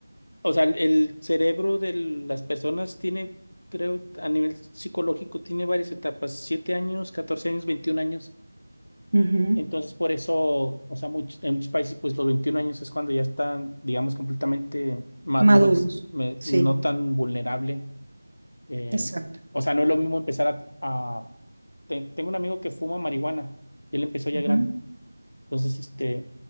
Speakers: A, on the left; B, on the right.
A: o sea, el, el cerebro de las personas tiene, creo, a nivel psicológico, tiene varias etapas, siete años, 14 años, 21 años.
B: Ujú.
A: Entonces, por eso, o sea, much- en muchos países, pues los 21 años es cuando ya están, digamos, completamente maduros,
B: Maduros,
A: me-
B: sí,
A: no tan vulnerable. eh,
B: exacto.
A: o sea, no es lo mismo empezar a... a- te- tengo un amigo que fuma marihuana y él empezó ya
B: Ujú.
A: grande. Entonces, este,